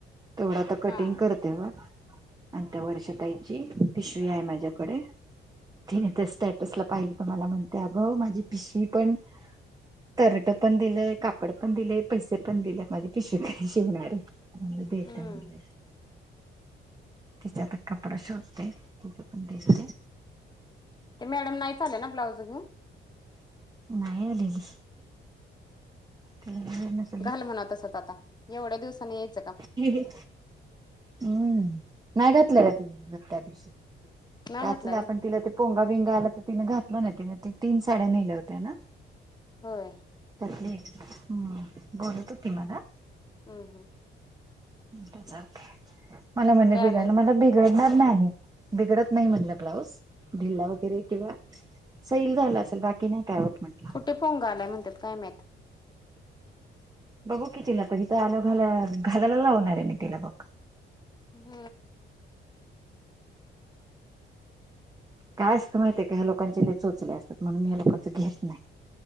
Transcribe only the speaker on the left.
हा
हम्म
ते मॅडम नाहीच आल्या ना ब्लाउज घेऊन?
घाल म्हणाव तसंच आता एवढ्या दिवसानीे येत
नाही
घातला
व्हय
होय.
हं हं.
कुठे
आलाय
कुठे पोंगा आलंय, म्हणत्यात काय माहित.
हम्म.